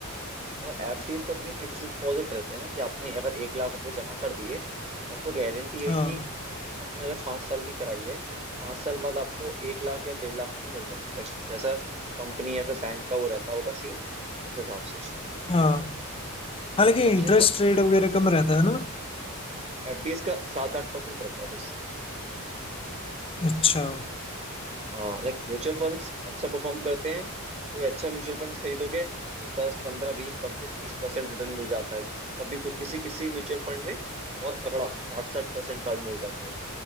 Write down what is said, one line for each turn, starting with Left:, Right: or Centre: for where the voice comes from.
Right: एफडीज तो अपनी फिक्स डिपॉजिट रहते हैं ना कि आपने अगर एक लाख रुपए जमा कर दिए तो आपको गारंटी है
Left: हाँ
Right: कि आपने अगर पाँच साल की कराई है तो पाँच साल बाद आपको एक लाख या डेढ़ लाख रुपए मिल जाएंगे लाइक जैसा कंपनी या फिर बैंक का वो रहता होगा सीन उस हिसाब से
Left: हाँ हाँ लेकिन
Right: मतलब वैसे
Left: इंटरेस्ट रेट वगैरह कम रहता है ना
Right: एफडीज का सात आठ परसेंट रहता है बस
Left: अच्छा
Right: हाँ लाइक म्यूचुअल फंड्स अच्छा परफॉर्म करते हैं कोई अच्छा म्यूचुअल फंड्स खरीदोगे तो दस पंद्रह बीस पच्चीस तीस परसेंट रिटर्न मिल जाता है कभी को किसी किसी म्यूचुअल फंड में बहुत तगड़ा साठ साठ परसेंट का भी मिल जाता है